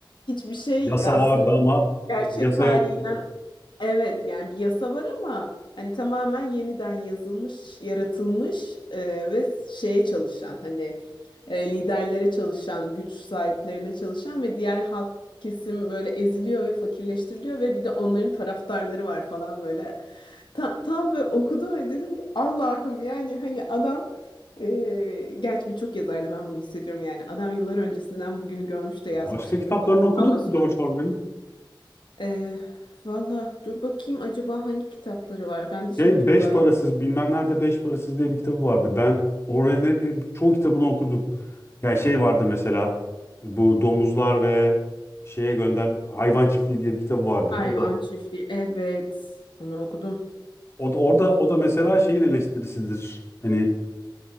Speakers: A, on the left; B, on the left.
A: hiçbir şey
B: Yasa
A: aslında
B: vardı ama
A: gerçek
B: yasa
A: haliyle
B: yoktu.
A: Evet yani bir yasa var ama hani tamamen yeniden yazılmış, yaratılmış e, ve şeye çalışan hani e, liderlere çalışan, güç sahiplerine çalışan ve diğer halk kesim böyle eziliyor ve fakirleştiriliyor ve bir de onların taraftarları var falan böyle. Ta- tam böyle okudum ve dedim ki Allah'ım yani hani adam e, gerçi birçok yazardı ben bunu hissediyorum yani adam yıllar öncesinden bugünü görmüş de
B: Başka
A: yazmış gibi
B: kitaplarını
A: falan.
B: okudun
A: Ama
B: mu George Orwell'in?
A: ee, valla dur bakayım acaba hangi kitapları var? Ben de şimdi
B: Şey,
A: kütüphane.
B: Beş Parasız, bilmem nerede Beş Parasız diye bir kitabı vardı. Ben Orwell'in hep çoğu kitabını okudum. Yani şey vardı mesela bu domuzlar ve şeye gönder hayvan çiftliği diye bir kitabı vardır.
A: Hayvan
B: O da
A: Çiftliği. Evet. Onu okudum.
B: o da orada o da mesela şeyin eleştirisidir. Hani